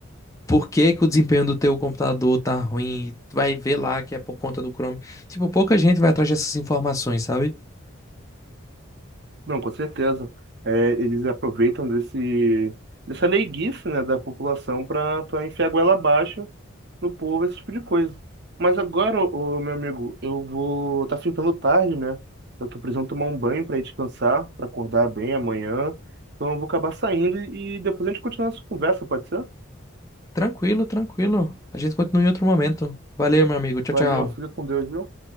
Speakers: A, on the left; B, on the right.
A: por que que o desempenho do teu computador tá ruim. Vai ver lá que é por conta do Chrome. Tipo, pouca gente vai atrás dessas informações, sabe?
B: Não, com certeza. É, eles aproveitam desse, dessa leiguice, né, da população para para enfiar a goela abaixo no povo, esse tipo de coisa. Mas agora, ô, meu amigo, eu vou. Tá ficando tarde, né? Eu tô precisando tomar um banho para ir descansar, para acordar bem amanhã. Então eu vou acabar saindo e depois a gente continua essa conversa, pode ser?
A: Tranquilo, tranquilo. A gente continua em outro momento. Valeu, meu amigo. Tchau,
B: Valeu,
A: tchau.
B: fica com Deus, viu?